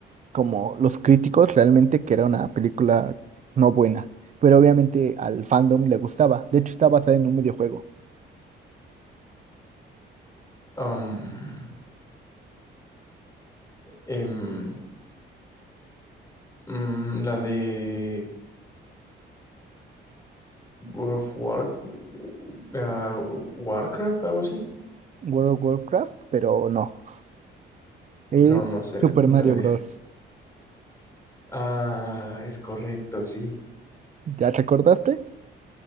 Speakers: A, on the right (about 40°); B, on the left (about 15°).
A: como los críticos, realmente que era una película no buena, pero obviamente al fandom le gustaba. De hecho, está basada en un videojuego,
B: am, em, mm, la de World of War, ah, Warcraft, algo así.
A: World of Warcraft, pero no. Es
B: No, no sé,
A: Super
B: no
A: Mario
B: tengo idea.
A: Bros.
B: Ah, es correcto, sí.
A: ¿Ya te acordaste?